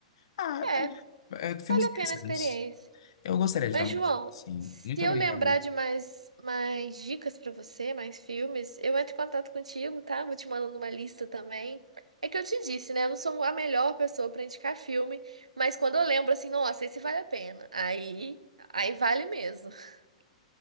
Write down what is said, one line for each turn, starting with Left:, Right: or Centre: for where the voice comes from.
Left: Ah,
Right: É,
Left: é, é, filmes
Right: vale a
Left: interessantes.
Right: pena a experiência.
Left: Eu gostaria de
Right: Mas,
Left: dar uma
Right: João,
Left: olhada, sim.
Right: se
Left: Muito
Right: eu
Left: obrigado.
Right: lembrar de mais, mais dicas pra você, mais filmes, eu entro em contato contigo, tá? Vou te mandando uma lista também. É que eu te disse, né? Eu não sou a melhor pessoa pra indicar filme, mas quando eu lembro assim, nossa, esse vale a pena. Aí, aí vale mesmo. <laughs>